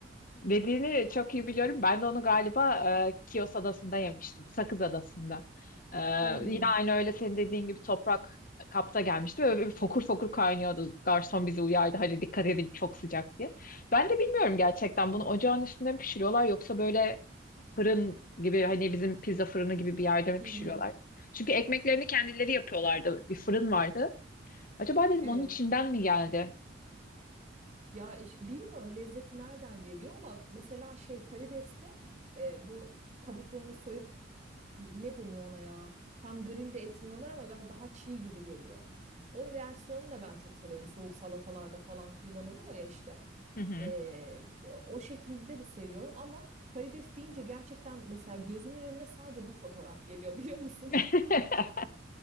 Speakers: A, on the left (about 45°); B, on the right (about 35°).
A: Dediğini çok iyi biliyorum. Ben de onu galiba e, Kios Adası'nda yemiştim. Sakız Adası'nda. E,
B: Hmm.
A: yine aynı öyle senin dediğin gibi toprak kapta gelmişti. Böyle bir fokur fokur kaynıyordu. Garson bizi uyardı. Hani dikkat edin çok sıcak diye. Ben de bilmiyorum gerçekten bunu ocağın üstünde mi pişiriyorlar yoksa böyle fırın gibi hani bizim pizza fırını gibi bir yerde mi
B: Hı
A: pişiriyorlar?
B: hı.
A: Çünkü ekmeklerini kendileri yapıyorlardı. Bir fırın vardı. Acaba dedim
B: Evet.
A: onun içinden mi geldi?
B: Ya iş- bilmiyorum lezzeti nereden geliyor ama mesela şey karideste e, bu kabuklarını soyup ne deniyor ona ya? Tam grill de etmiyorlar ama ben- daha çiğ gibi geliyor. O versiyonu da ben çok severim. Soğuk salatalarda falan kullanılıyor ya işte.
A: Hı hı.
B: Ee, o şekilde de seviyorum ama karides deyince gerçekten mesela gözümün önüne sadece bu fotoğraf geliyor <laughs> biliyor musun?
A: <laughs>